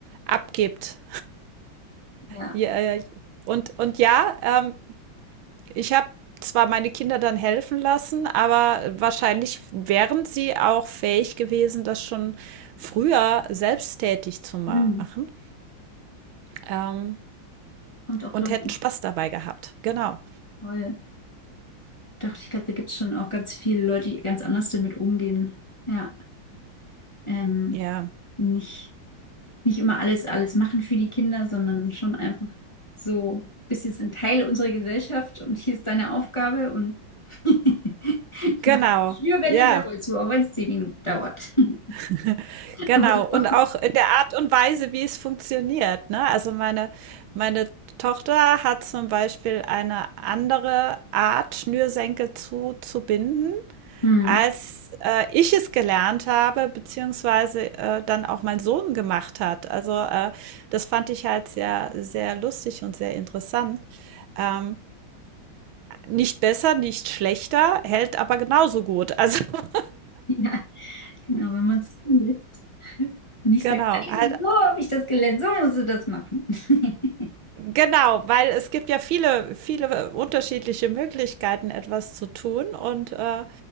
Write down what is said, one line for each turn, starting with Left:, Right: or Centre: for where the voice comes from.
Right: abgibt.
Left: Ja.
Right: Ja, ja. und, und ja, ähm, ich habe zwar meine Kinder dann helfen lassen, aber wahrscheinlich wären sie auch fähig gewesen, das schon früher selbsttätig zu machen.
Left: Mhm.
Right: Ähm,
Left: Kommt auch,
Right: Und
Left: glaube
Right: hätten
Left: ich, immer
Right: Spaß dabei gehabt. Genau.
Left: voll. Doch, ich glaube, da gibt es schon auch ganz viele Leute, die ganz anders damit umgehen. Ja. Ähm,
Right: Ja,
Left: nicht. nicht immer alles, alles machen für die Kinder, sondern schon einfach so, bist jetzt ein Teil unserer Gesellschaft und hier ist deine Aufgabe und <laughs>
Right: genau.
Left: mach dich nur, wenn
Right: Ja,
Left: du selber zu, auch wenn es zehn Minuten dauert. <laughs>
Right: <laughs> genau.
Left: Aber so.
Right: Und auch in der Art und Weise, wie es funktioniert, ne? Also meine, meine Tochter hat zum Beispiel eine andere Art, Schnürsenkel zuzubinden,
Left: hm,
Right: als äh, ich es gelernt habe, beziehungsweise äh, dann auch mein Sohn gemacht hat. Also äh, das fand ich halt sehr, sehr lustig und sehr interessant. Ähm, Nicht besser, nicht schlechter, hält aber genauso gut. Also <laughs>
Left: ja, genau, wenn man es lässt. Und ich
Right: genau,
Left: sage, nein,
Right: halt
Left: so habe ich das gelernt, so musst du das machen. <laughs>
Right: genau, weil es gibt ja viele, viele unterschiedliche Möglichkeiten, etwas zu tun und äh,